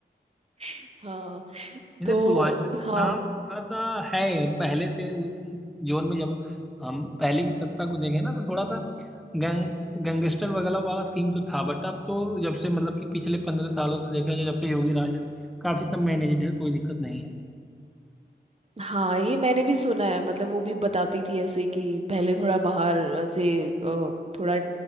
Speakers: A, on the right; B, in the centre.
A: <laughs> हाँ
B: जैसे
A: तो
B: पूर्वांचल का
A: हाँ
B: नाम थोड़ा सा है पहले से उस जोन में जब हम पहले की सत्ता को देखें ना तो थोड़ा सा गैंग गैंगस्टर वगैरह वाला सीन तो था बट अब तो जब से मतलब कि पिछले पंद्रह सालों से देखा जाए जब से योगी राज है काफी सब मैनेज्ड है कोई दिक्कत नहीं है
A: हाँ ये मैंने भी सुना है मतलब वो भी बताती थी ऐसे कि पहले थोड़ा बाहर ऐसे अ, थोड़ा